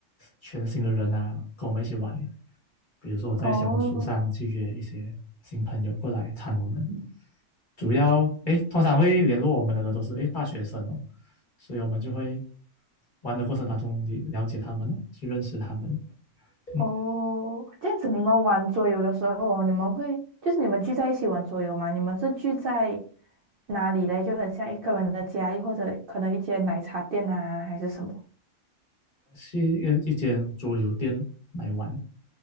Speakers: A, on the left; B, on the right.
A: 全新的人啊，跟我们一起玩。比如说我在小红书上去约一些新朋友过来参我们，
B: 哦，
A: 主要诶，通常会联络我们的人都是诶大学生哦，所以我们就会玩的过程当中了了解他们哦，去认识他们，嗯，
B: 哦，这样子你们玩桌游的时候哦，你们会就是你们聚在一起玩桌游吗？你们是聚在哪里嘞？就很像一个人的家，又或者可能一间奶茶店啊，还是什么？
A: 去一一间桌游店来玩，